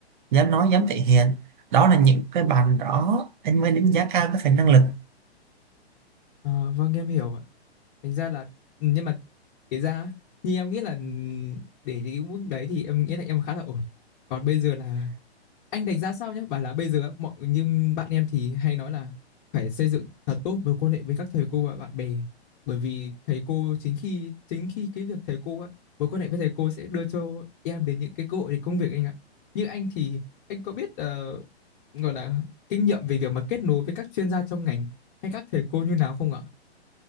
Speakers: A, on the right; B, on the left.
A: dám nói, dám thể hiện. Đó là những cái bạn đó anh mới đánh giá cao cái phần năng lực
B: Ờ, vâng em hiểu ạ. Thành ra là ừ, nhưng mà kể ra á, như em nghĩ là ừm, để cái mức đấy thì em nghĩ là em khá là ổn. Còn bây giờ là anh đánh giá sao nhá? Bảo là bây giờ á, mọi như bạn em thì hay nói là phải xây dựng thật tốt mối quan hệ với các thầy cô và bạn bè bởi vì thầy cô chính khi chính khi cái việc thầy cô á mối quan hệ với thầy cô sẽ đưa cho em đến những cái cơ hội để công việc anh ạ. Như anh thì anh có biết ờ, gọi là kinh nghiệm về việc mà kết nối với các chuyên gia trong ngành hay các thầy cô như nào không ạ?